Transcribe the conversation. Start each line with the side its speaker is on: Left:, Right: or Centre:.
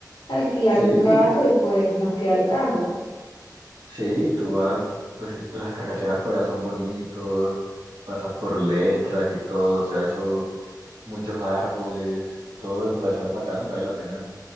Left: alquilar
Right: Sí,
Left: un
Right: y-
Left: carro y pues nos queda el carro.
Right: sí, y tú vas, pues las carreteras por allá son bonitos, pasas por letras y todo, o sea, eso, muchos árboles, todo el paisaje es bacano que vale la pena